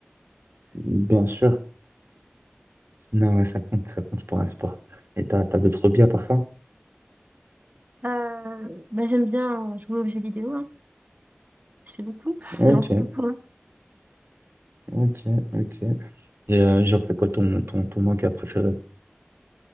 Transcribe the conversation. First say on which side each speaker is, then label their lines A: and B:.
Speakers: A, on the right; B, on the right.
A: bien sûr. Non, ouais, ça compte, ça compte pour un sport. Et t'as, t'as d'autres hobbies à part ça?
B: Euh, bah j'aime bien jouer aux jeux vidéo hein. Je fais beaucoup, <laughs>
A: Ok,
B: j'en fais beaucoup. hein.
A: ok, ok. Et euh, genre, c'est quoi ton, ton, ton manga préféré?